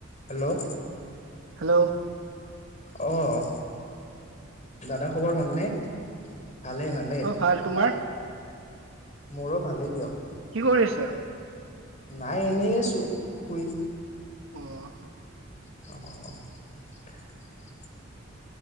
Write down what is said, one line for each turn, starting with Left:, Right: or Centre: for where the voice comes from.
Left: হেল্ল'
Right: হেল্ল'
Left: অ', দাদা খবৰ ভালনে? ভালে-ভালে।
Right: অ ভাল তোমাৰ
Left: মোৰো ভালেই দিয়ক।
Right: কি কৰি আছা
Left: নাই এনেই আছো শুই
Right: অ',
Left: অ',